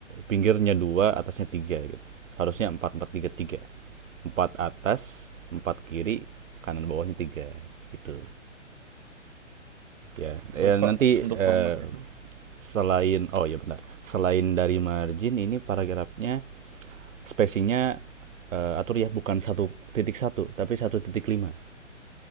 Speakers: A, on the right (about 85°); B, on the right (about 35°).
A: pinggirnya dua atasnya tiga gitu. Harusnya empat empat tiga tiga. Empat atas, empat kiri, kanan bawahnya tiga gitu ya
B: Baik,
A: ya
B: Pak.
A: nanti
B: Untuk format
A: eh,
B: itu.
A: Selain oh ya benar. Selain dari margin ini paragrafnya spacingnya eh, atur ya bukan satu titik satu tapi satu titik lima